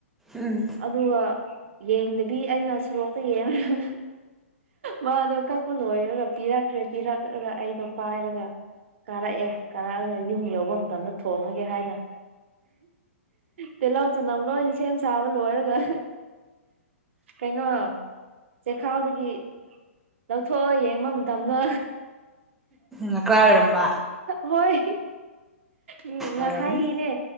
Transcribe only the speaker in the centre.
ꯎꯝ
ꯉꯀ꯭ꯔꯥ ꯑꯣꯏꯔꯝꯕ
ꯑꯣꯏꯔꯝꯅꯤ